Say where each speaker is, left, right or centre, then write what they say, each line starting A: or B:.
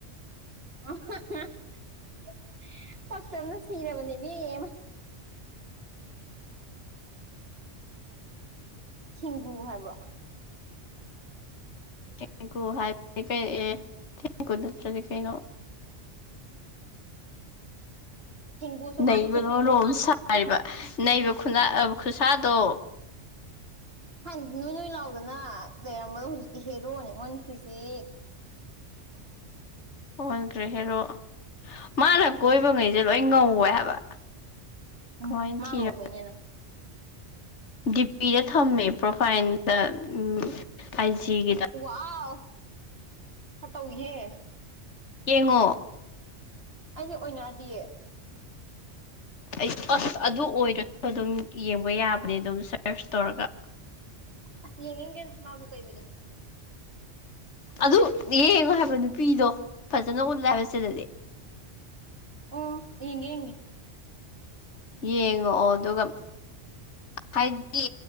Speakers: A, on the right; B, on the left.
A: <unintelligible> ꯄꯛꯇꯕꯅ ꯁꯤꯔꯕꯅꯦ ꯃꯤ ꯑꯃ ꯄꯨꯒꯣ ꯍꯥꯏꯕꯔꯣ
B: ꯊꯦꯡꯒꯨ ꯍꯥꯏꯕꯅꯤ ꯀꯩꯅꯣ ꯑꯦ ꯊꯦꯡꯒꯨ ꯅꯠꯇ꯭ꯔꯗꯤ ꯀꯩꯅꯣ
A: ꯍꯤꯡꯒꯨꯁꯨ
B: ꯅꯩꯕꯅ
A: ꯃꯥꯟꯈꯤꯗ꯭ꯔꯦꯗ
B: ꯃꯔꯣꯟ ꯑꯃ ꯁꯥꯔꯤꯕ ꯅꯩꯕ ꯈꯨꯠꯁꯥꯗꯣ
A: ꯍꯥꯟꯅ ꯅꯣꯏ ꯅꯣꯏ ꯂꯥꯎꯗꯅ ꯂꯩꯔꯝꯕꯗꯣ ꯍꯧꯖꯤꯛꯇꯤ ꯍꯦꯔꯣꯅꯤ ꯑꯣꯟꯈꯔ꯭ꯤꯁꯦ
B: ꯑꯣꯟꯈ꯭ꯔꯦ ꯍꯦꯔꯣ ꯃꯥꯅ ꯀꯣꯏꯕꯉꯩꯁꯦ
A: ꯎꯝ
B: ꯂꯣꯏ ꯉꯧꯋꯦ ꯍꯥꯏꯕ
A: ꯎꯝ
B: ꯀꯃꯥꯏꯅ
A: ꯃꯥꯥ
B: ꯊꯤꯔ
A: ꯉꯧꯕꯩꯅꯦ ꯑꯗꯣ
B: ꯗꯤ ꯄꯤꯗ ꯊꯝꯃꯦ ꯄ꯭ꯔꯣꯐꯥꯏꯟꯗ ꯎꯝ ꯑꯥꯏ ꯖꯤꯒꯤ
A: ꯋꯥꯎ ꯈꯔꯥ ꯇꯧꯏꯍꯦ
B: ꯌꯦꯡꯉꯣ
A: ꯑꯩꯗꯤ ꯑꯣꯏꯅꯗꯤꯌꯦ
B: ꯑꯩ ꯑꯁ ꯑꯗꯨ ꯑꯣꯏꯗ꯭ꯔꯁꯨ ꯑꯗꯨꯝ ꯌꯦꯡꯕ ꯌꯥꯕꯅꯦ ꯑꯗꯨꯝ ꯁꯔꯁ ꯇꯧꯔꯒ
A: ꯑꯁ ꯌꯦꯡꯅꯤꯡꯗꯦꯗꯥ ꯃꯥꯕꯨ ꯀꯩ ꯑꯣꯏꯗꯅ
B: ꯑꯗꯨ ꯌꯦꯡꯉꯣ ꯍꯥꯏꯕ ꯅꯨꯄꯤꯗꯣ ꯐꯖꯅ ꯎꯠꯂꯦ ꯍꯥꯏꯕ ꯁꯤꯗꯗꯤ
A: ꯑꯣ ꯌꯦꯡꯒꯦ ꯌꯦꯡꯒꯦ
B: ꯌꯦꯡꯉꯛꯑꯣ ꯑꯗꯨꯒ ꯍꯥꯏꯗꯤ